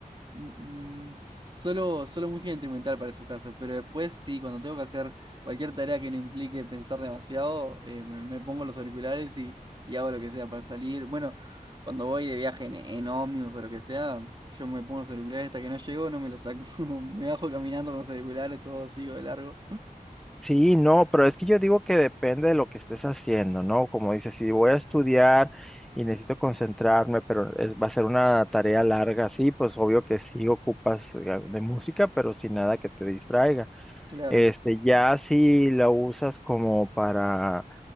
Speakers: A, on the right; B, in the centre.
A: Mm, mm, Solo, solo música instrumental para esos casos, pero después sí, cuando tengo que hacer cualquier tarea que no implique pensar demasiado, eh, me, me pongo los auriculares y, y hago lo que sea para salir. Bueno, cuando voy de viaje en, en ómnibus o lo que sea, yo me pongo los auriculares hasta que no llego, no me los saco, <laughs> me bajo caminando con los auriculares, todo sigo de largo.
B: Sí, no, pero es que yo digo que depende de lo que estés haciendo, ¿no? Como dices, si voy a estudiar y necesito concentrarme, pero es- va a ser una tarea larga, sí, pues obvio que sí ocupas eh, de música, pero sin nada que te distraiga.
A: Claro.
B: Este, ya si la usas como para,